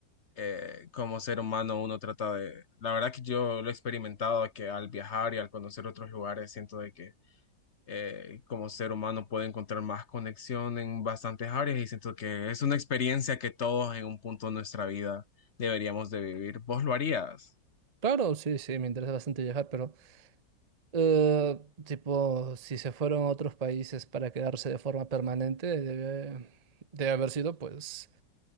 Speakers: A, on the left (about 45°); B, on the right (about 40°).
A: eh, como ser humano uno trata de, la verdad que yo lo he experimentado, que al viajar y al conocer otros lugares siento de que eh, como ser humano puedo encontrar más conexión en bastantes áreas y siento que es una experiencia que todos en un punto de nuestra vida deberíamos de vivir. ¿Vos lo harías?
B: Claro, sí, sí, me interesa bastante viajar, pero... Eh, tipo, si se fueron a otros países para quedarse de forma permanente, debe, debe haber sido pues